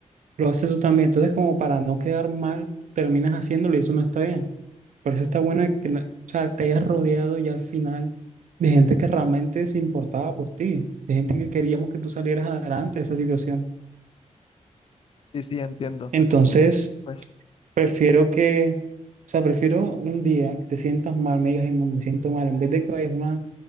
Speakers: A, on the right; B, on the left.
A: lo haces tú también. Entonces, como para no quedar mal, terminas haciéndolo y eso no está bien. Por eso está bueno que la- o sea, te hayas rodeado ya al final de gente que realmente se importaba por ti, de gente que queríamos que tú salieras adelante de esa situación.
B: sí, sí, entiendo.
A: Entonces,
B: Pues,
A: prefiero que... O sea, prefiero un día que te sientas mal, me digas, "Ay, me siento mal, en vez de que vayas a una